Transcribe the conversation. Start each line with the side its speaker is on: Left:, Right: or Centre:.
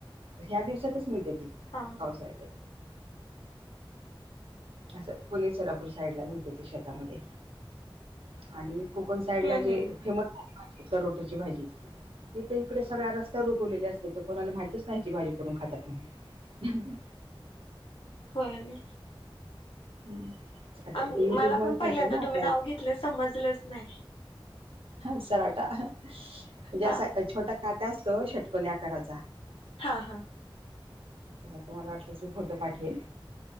Right: तर ह्या दिवसातच मिळते ती.
Left: हा.
Right: पावसाळा <unintelligible> असं पुणे सोलापूर साईडला मिळते ते शेतामध्ये आणि... कोकण साईड
Left: हम्म
Right: ला
Left: हम्म
Right: जे
Left: हम्म.
Right: फेमस रोट्याची भाजी... तिथे इकडे सगळ्या रस्त्यावर उगवलेले असते तर कोणाला माहीतच नाही की भाजी करून खातात म्हणून...
Left: होय ना
Right: <unintelligible> आता
Left: आ
Right: ते युट्यूब
Left: मला
Right: मुळे
Left: पण पहिल्यांदा
Right: कळतंय ना आपल्याला
Left: तुम्ही नाव घेतलं समजलंच नाही.
Right: सराटा म्हणजे असा
Left: हा
Right: छोटा काटा असतो षटकोणी आकाराचा.
Left: हां हा.
Right: च तुम्हाला वाटलं ती फोटो पाठल